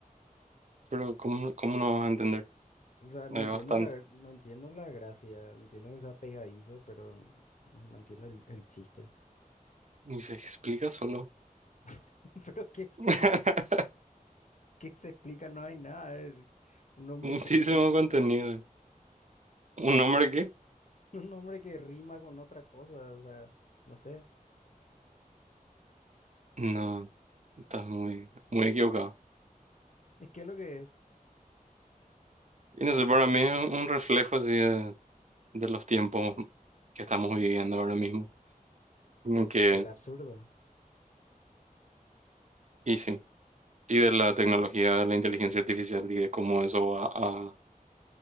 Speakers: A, on the right; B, on the left.
A: Pero ¿cómo, cómo no vas a entender?
B: O sea, no
A: Hay
B: entiendo
A: bastante.
B: la, gra- no entiendo la gracia. Entiendo que sea pegadizo, pero n- no, no entiendo el, el chiste.
A: Y se explica solo.
B: <laughs> Pero ¿qué, es
A: <laughs>
B: lo que se explica? No hay nada. es un nombre
A: Muchísimo
B: que rima.
A: contenido. ¿Un hombre qué?
B: <laughs> Un nombre que rima con otra cosa, o sea, no sé.
A: No, estás muy, muy equivocado.
B: ¿Y ¿Qué es lo que es?
A: Y no sé, para mí es un reflejo así de, de los tiempos que estamos viviendo ahora mismo. Como
B: Don-
A: Que,
B: El absurdo.
A: y sí. y de la tecnología, de la inteligencia artificial y de cómo eso va a,